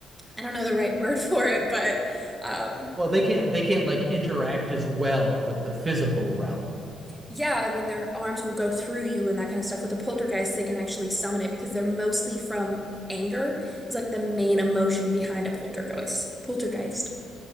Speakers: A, in the centre; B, on the right.
A: I don't know the right <laughs> word for it, but um
B: Well, they can't they can't like interact as well with the physical realm.
A: Yeah, I mean, their arms will go through you and that kind of stuff. With the poltergeist, they can actually summon it because they're mostly from anger, is like the main emotion behind a poltergeist. Poltergeist.